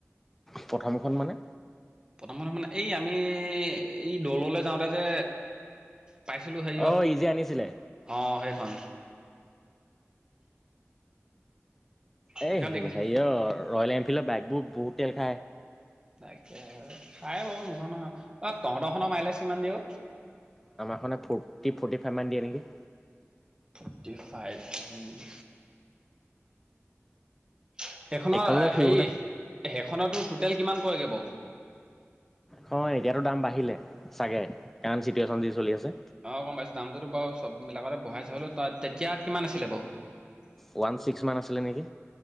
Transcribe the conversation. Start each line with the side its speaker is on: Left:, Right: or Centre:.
Centre: প্ৰথমখন মানে
Right: প্ৰথম মানে এই আমি এই দৌললে যাওঁতে যে পাইছিলো হেৰিয়ক
Centre: অ ই যে আনিছিলে
Right: অ' সেইখন
Centre: এ,
Right: সেইখন দেখিছোঁ।
Centre: হেৰি অ' ৰয়েল এনফিল্ডৰ বাইগবোৰ বহুত তেল খায়।
Right: তাকে খাই বাৰু নোহোৱা নহয় অ তহঁতৰ খনৰ মাইলেজ কিমান দিওঁ
Centre: আমাৰখনে ফৰ্টি ফৰ্টি ফাইভ মান দিয়ে নেকি।
Right: ফৰ্তি ফাইভ উম। সেইখনৰ
Centre: এইখনলৈ ফুৰিবলৈ
Right: হেৰি সেইখনতো টুটেল কিমান পৰেগৈ বাও?
Centre: হয়, এতিয়াতো দাম বাঢ়িলে চাগে কাৰাৰেণ্ট চিটুৱেশ্যন যি চলি আছে।
Right: অ', গম পাইছো দামটোতো বাৰু চববিলাকতে বহাইছে হলেও তাত তেতিয়া কিমান আছিলে বাৰু?
Centre: ওৱান ছিক্স মান আছিলে নেকি